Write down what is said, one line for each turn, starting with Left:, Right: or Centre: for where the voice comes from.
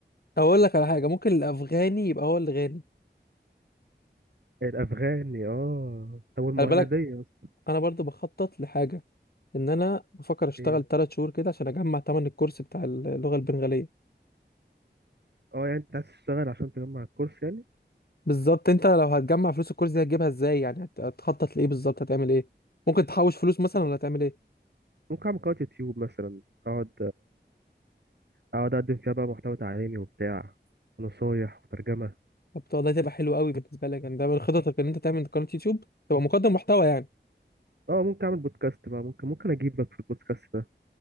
Left: اقول لك على حاجه ممكن الافغاني يبقى هو اللي غني
Right: الافغاني اه طب والمهنديه
Left: خلي بالك
Right: اصلا
Left: انا برضو بخطط لحاجه ان انا بفكر اشتغل
Right: ايه
Left: 3 شهور كده عشان اجمع تمن الكورس بتاع اللغه البنغاليه
Right: اه يعني انت عايز تشتغل عشان تجمع الكورس يعني
Left: بالظبط انت لو هتجمع فلوس الكورس دي هتجيبها ازاي يعني هت- هتخطط لايه بالظبط هتعمل ايه ممكن تحوش فلوس مثلا ولا هتعمل ايه
Right: ممكن اعمل قناه يوتيوب مثلا اقعد اقعد اقدم فيها بقى محتوى تعليمي وبتاع ونصايح وترجمه
Left: طب ده تبقى حلو قوي بالنسبه لك يعني ده من خططك ان انت تعمل قناه يوتيوب تبقى مقدم محتوى يعني
Right: اه ممكن اعمل بودكاست بقى ممكن ممكن اجيبك في البودكاست ده